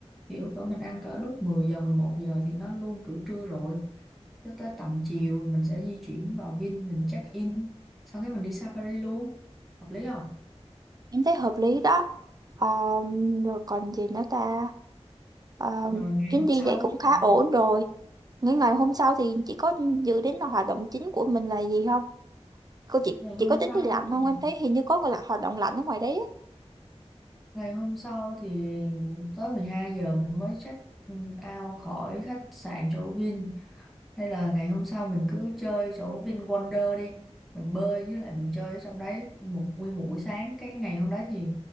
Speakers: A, in the centre; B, on the right.
A: kiểu cỡ mình ăn cỡ lúc 10 giờ 11 giờ thì nó luôn cỡ trưa rồi cho tới tầm chiều mình sẽ di chuyển vào Vin mình check in sau cái mình đi safari luôn hợp lý không
B: em thấy hợp lý đó Ờ, rồi còn gì nữa ta Ờ,
A: rồi ngày
B: chuyến
A: hôm
B: đi
A: sau
B: vậy cũng khá
A: ngày
B: ổn
A: hôm,
B: rồi ngày ngày hôm sau thì chị có dự đến là hoạt động chính của mình là gì không cô chị
A: ngày hôm
B: chị có tính
A: sau
B: đi lặn không
A: ừ,
B: em thấy hình như có là hoạt động lặn ở ngoài đấy á.
A: ngày hôm sau thì tới 12 giờ mình mới check ừ, out khỏi khách sạn chỗ Vin Hay là ngày hôm sau mình cứ chơi chỗ VinWonder đi. Mình bơi với lại mình chơi ở trong đấy một nguyên một buổi sáng. Cái ngày hôm đấy thì